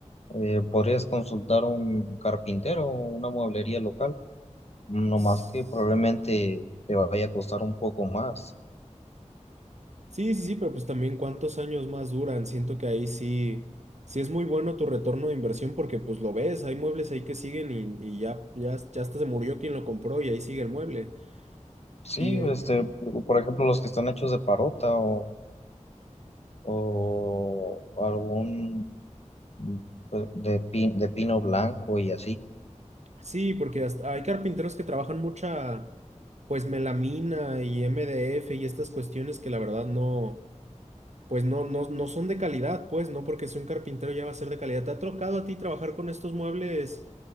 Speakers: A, on the left; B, on the right.
A: eh, podrías consultar a un carpintero o una mueblería local, no
B: S-
A: más que probablemente te vaya a costar un poco más.
B: Sí, sí, sí, pero pues también cuántos años más duran. Siento que ahí sí, sí es muy bueno tu retorno de inversión porque pues lo ves, hay muebles ahí que siguen y, y ya, ya, ya hasta se murió quien lo compró y ahí sigue el mueble.
A: Sí,
B: Y eh,
A: este, por por ejemplo, los que están hechos de parota o, o algún mm, pe- de, pin- de pino blanco y así.
B: sí, porque hasta hay carpinteros que trabajan mucha, pues melamina y MDF y estas cuestiones que la verdad no. pues no, no, no son de calidad, pues no porque sea un carpintero ya va a ser de calidad. ¿Te ha tocado a ti trabajar con estos muebles